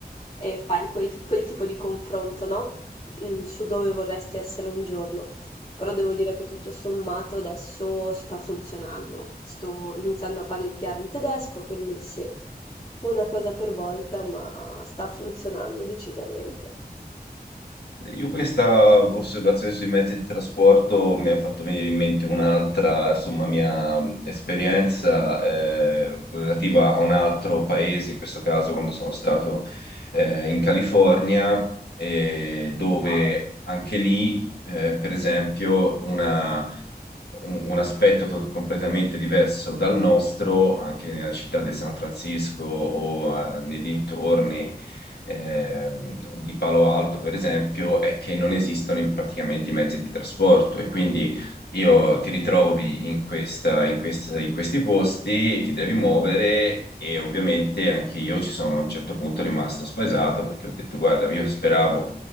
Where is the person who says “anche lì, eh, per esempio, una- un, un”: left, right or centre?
Left